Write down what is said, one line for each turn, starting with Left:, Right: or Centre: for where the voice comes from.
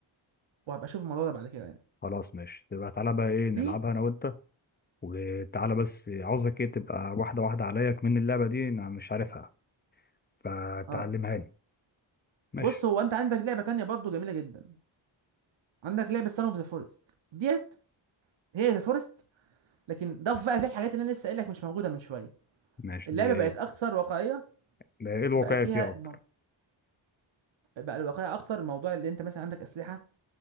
Right: وهبقى اشوف الموضوع ده بعد كده يعني
Left: خلاص ماشي تبقى تعالى بقى ايه نلعبها
Right: في
Left: انا وانت وتعالى بس عاوزك ايه تبقى واحدة واحدة عليا كمان اللعبة دي انا مش عارفها فتعلمها
Right: اه
Left: لي ماشي
Right: بص هو انت عندك لعبه تانية برضو جميله جدا عندك لعبه سان اوف ذا فورست ديت هي ذا فورست لكن ضاف بقى في الحاجات اللي انا لسه قايل لك مش موجوده من شويه
Left: ماشي
Right: اللعبه
Left: دي
Right: بقت اكثر واقعيه
Left: ده ايه الواقعي
Right: بقى فيها
Left: فيها اكتر
Right: مو... بقى الواقعيه اكثر موضوع اللي انت مثلا عندك اسلحه